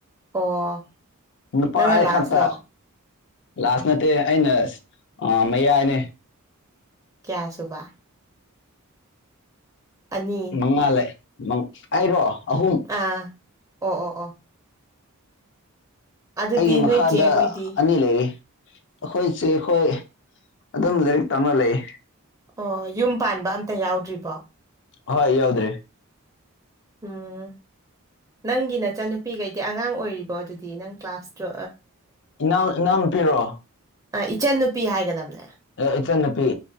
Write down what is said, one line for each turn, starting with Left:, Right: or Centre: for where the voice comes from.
Right: ꯑꯣ
Left: ꯅꯨꯄꯥ
Right: ꯅꯪꯅ
Left: ꯑꯩ
Right: ꯂꯥꯁꯂꯣ
Left: ꯈꯛꯇ ꯂꯥꯁ ꯅꯠꯇꯦ ꯑꯩꯅ ꯃꯌꯥꯏꯅꯦ
Right: ꯀꯌꯥ ꯁꯨꯕ ꯑꯅꯤ
Left: ꯃꯉꯥ ꯂꯩ ꯑꯩꯔꯣ ꯑꯍꯨꯝ
Right: ꯑꯥ ꯑꯣ ꯑꯣ ꯑꯣ ꯑꯗꯨꯗꯤ
Left: ꯑꯩꯒꯤ ꯃꯈꯥꯗ
Right: ꯅꯣꯏ ꯆꯦ ꯍꯣꯏꯗꯤ
Left: ꯑꯅꯤ ꯂꯩꯌꯦ ꯑꯩꯈꯣꯏ ꯆꯦ ꯈꯣꯏ ꯑꯗꯨꯝ ꯂꯥꯏꯔꯤꯛ ꯇꯝꯔ ꯂꯩꯌꯦ
Right: ꯑꯣ ꯌꯨꯝ ꯄꯥꯟꯕ ꯑꯝꯇ ꯌꯥꯎꯗ꯭ꯔꯤꯕꯣ
Left: ꯍꯣꯏ ꯌꯥꯎꯗ꯭ꯔꯤ
Right: ꯎꯝ ꯅꯪꯒꯤ ꯅꯆꯟꯅꯨꯄꯤꯈꯩꯗꯤ ꯑꯉꯥꯡ ꯑꯣꯏꯔꯤꯕꯣ ꯑꯗꯨꯗꯤ ꯅꯪ ꯀ꯭ꯂꯥꯁ ꯇꯣ
Left: ꯏꯅꯥꯎ ꯏꯅꯥꯎ ꯅꯨꯄꯤꯔꯣ
Right: ꯑꯥ ꯏꯆꯟ ꯅꯨꯄꯤ ꯍꯥꯏꯒꯗꯕꯅꯦ
Left: ꯏꯆꯟꯅꯨꯄꯤ